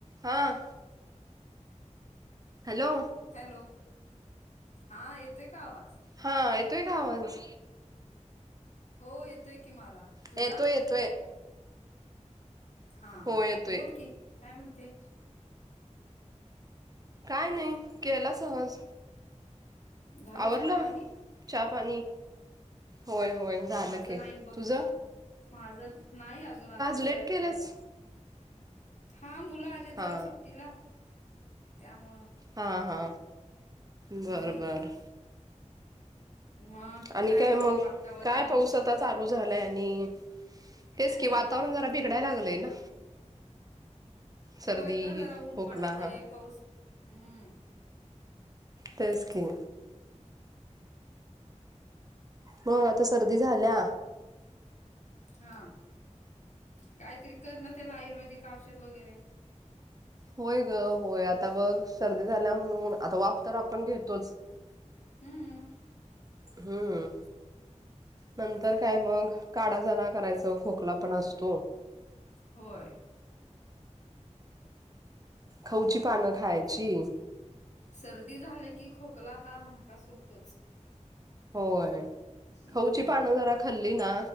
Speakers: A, on the right (about 30°); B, on the left (about 70°).
A: हां hello
B: hello हा येतेय का आवाज
A: हा येतोय काावांच
B: हो येतोय की मला तुला
A: येतोय येतोय.
B: हा
A: हो येतोय
B: बोल की काय म्हणते
A: काय नाही केला सहज
B: झालं
A: आवरलं
B: चहा पाणी
A: चहा पाणी होय होय झालं
B: माझं
A: की
B: नाही बघ
A: तुझ
B: माझं नाही अजून आता
A: लेट
B: करायचं.
A: केलंस
B: हा मुलं आलेत
A: हा
B: जरा सुट्टीला त्यामुळं
A: हा हा बर
B: हम्म
A: बर
B: मग
A: आणि काय
B: म्हणते
A: मग
B: वातावरण
A: काय पाऊस आता चालू झालंय आणि तेच
B: हम्म
A: की वातावरण जरा बिघडाय लागलंय ना सर्दी
B: होय ग जरा ऊन
A: खोकला
B: पडतय पाऊस हम्म
A: तेच की मग आता सर्दी झाल्या
B: हा काहीतरी कर ना त्याला आयुर्वेदिक औषध वगैरे
A: होय ग होय आता बघ सर्दी झाल्या म्हणून आता वाफ तर आपण घेतोच
B: हम्म
A: हम्म. नंतर काय मग काडा जरा करायच खोकला पण असतो.
B: होय.
A: खऊची पानं खायची.
B: सर्दी झालं की खोकला हा हमखास होतोच.
A: होय
B: मग
A: खऊची पानं जरा खाल्ली ना.